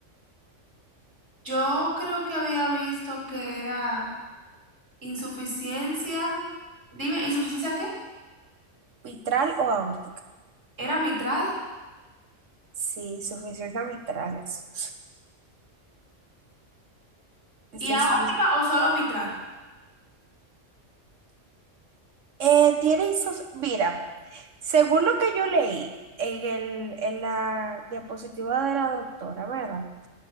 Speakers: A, on the right; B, on the right.
A: Yo creo que había visto que era insuficiencia. Dime, ¿insuficiencia qué?
B: Mitral o aórtica.
A: ¿Era mitral?
B: Sí, insuficiencia mitral es. Esta
A: ¿Y aórtica
B: insufic-
A: o solo mitral?
B: Eh, tiene insuf- Mira, según lo que yo leí en el, en la diapositiva de la doctora, ¿verdad?